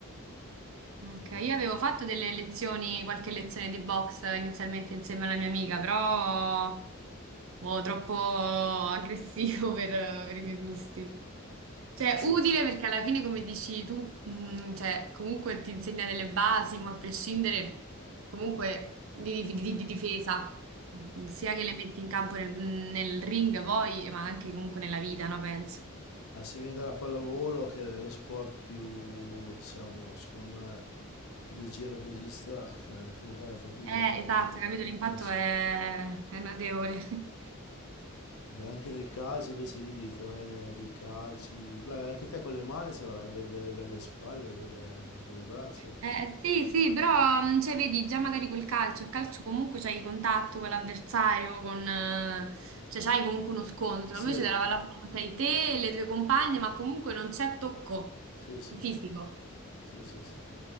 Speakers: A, on the right; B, on the left.
A: Ok,
B: Eh,
A: io avevo fatto delle lezioni, qualche lezione di box inizialmente insieme alla mia amica, però boh, troppo aggressivo <laughs> per, per i miei gusti. Cioè,
B: Sì.
A: utile perché alla fine, come dici tu, mm, cioè, comunque ti insegna delle basi, ma a prescindere comunque di, di- di- di difesa, sia che le metti in campo nel, nel ring poi, ma anche comunque nella vita, no, penso.
B: Ah, se vieni dalla pallavolo, che è lo sport più, diciamo, secondo me, più leggero che esista, eh, farai fatica
A: Eh,
B: ad andare
A: esatto, capito, l'impatto
B: verso...
A: è, è notevole. <laughs>
B: Perché anche nel calcio invece lì devi tirare dei calci. Beh, anche te con le mani se avrai de- delle belle spalle, belle, belle braccia.
A: Eh, sì, sì, però mh, cioè, vedi già magari col calcio, il calcio comunque c'hai contatto con l'avversario, con, eh, cioè c'hai comunque uno scontro,
B: Sì,
A: invece della
B: che...
A: pallavolo sei te e le tue compagne, ma comunque non c'è tocco
B: sì, sì,
A: fisico.
B: sì, sì, sì.